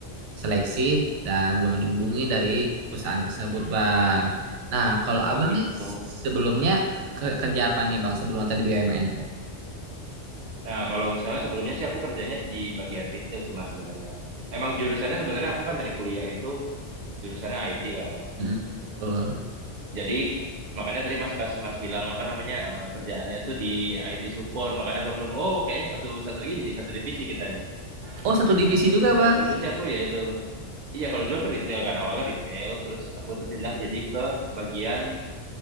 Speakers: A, on the right (about 80°); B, on the right (about 50°).
A: seleksi dan belum dihubungi dari perusahaan tersebut, Bang. Nah, kalau Abang
B: Oh gitu.
A: nih sebelumnya ke- kerja apa nih, Bang, sebelum tadi BUMN?
B: Nah kalau misalnya sebelumnya sih aku kerjanya di bagian retail sih Mas sebenarnya. Emang jurusannya sebenarnya aku kan dari kuliah itu jurusannya IT kan.
A: Hmm, betul.
B: Jadi makanya tadi Mas pas Mas bilang apa namanya eh, kerjaannya tuh di IT support makanya aku langsung oh kayaknya satu satu ini nih satu divisi kita nih.
A: Oh, satu divisi juga, Bang.
B: Kalau dulu sih aku ya itu iya kalau dulu aku retail kan awalnya retail terus aku tuh pindah jadi ke bagian